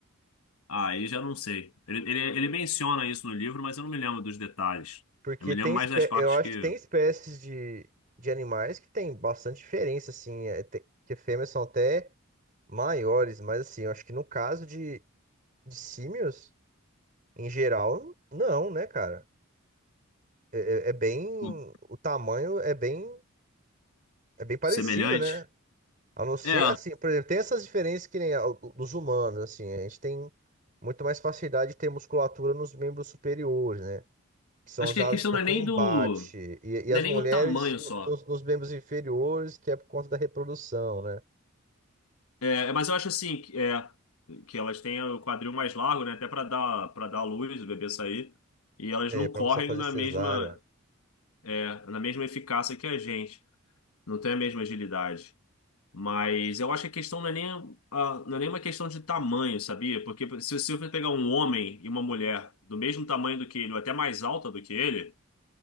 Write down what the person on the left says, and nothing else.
Ah, aí já não sei. Ele, ele, ele menciona isso no livro, mas eu não me lembro dos detalhes.
Eu me
lembro mais
das partes
que
O-
semelhante.
É,
acho
que a questão
não
é nem do,
não
é nem
o tamanho
só.
É, mas eu acho assim, que, é, que elas têm o quadril mais largo, né? Até para dar para dar luz, o bebê sair. E elas
não
correm
na
mesma é, na mesma eficácia que a gente. Não tem a mesma agilidade. Mas eu acho que a questão não é nem, a- não é nem uma questão de tamanho, sabia? Porque se, se você pegar um homem e uma mulher do mesmo tamanho do que ele, ou até mais alta do que ele,